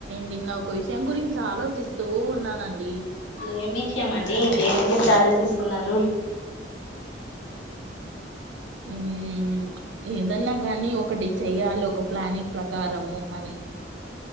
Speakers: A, on the right; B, on the left.
A: నిన్న ఒక విషయం గురించి ఆలోచిస్తూ ఉన్నానండి
B: ఏం విషయమండి దేని గురించి ఆలోచిస్తున్నరు
A: ఉమ్ ఏదన్నా కానీ ఒకటి చెయాలి ఒక ప్లానింగ్ ప్రకారము అని